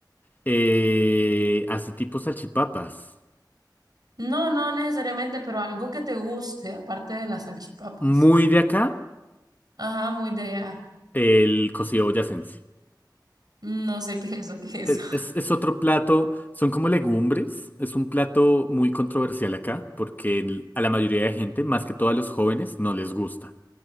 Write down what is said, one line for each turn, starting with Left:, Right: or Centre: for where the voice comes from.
Left: Eh, así tipo salchipapas.
Right: No, no necesariamente, pero algo que te guste, aparte de las salchipapas.
Left: muy de acá,
Right: Ajá, muy de allá.
Left: el cocido boyacense.
Right: No sé qué es eso, qué es eso.
Left: Es, es- es otro plato, son como legumbres, es un plato muy controversial acá, porque el- a la mayoría de gente, más que todo a los jóvenes, no les gusta,